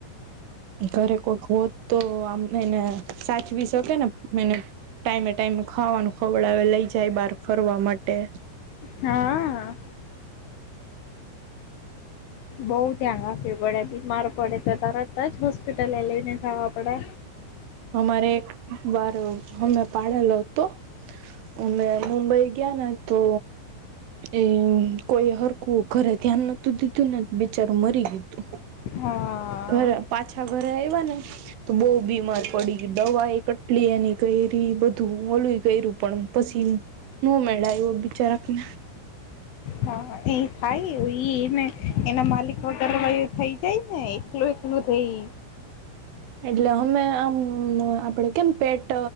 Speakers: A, on the right; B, on the left.
A: ઘરે કોઈક હોત તો આમ એને સાચવી શકે ને મને ટાઈમે ટાઈમે ખાવાનું ખવડાવે લઈ જાય બહાર ફરવા માટે
B: હા બઉ ત્યા આપે <unintelligible> પડે તો તરત જ હોસ્પિટલ લઈને જવા પડે
A: અમારે એક વાર અમે પાડેલો હતો અમે મુંબઈ ગયા ને તો એ કોઈ હરકું ઘરે ધ્યાન નતું દીધું ને બિચારું મરી દીધું
B: હા
A: ઘરે પાછા ઘરે આવ્યા ને તો બહુ બીમાર પડી દવા એ કટલી એની કેટલી કયરી બધું ઓલું કર્યું પણ પછી <unintelligible> બિચારક ના
B: હા એ થાય ને એ ના માલિક વગેરે થઈ જાય ને એકલો એકલો થઈ
A: એટલે અમે આમ આપડે કેમ પેટ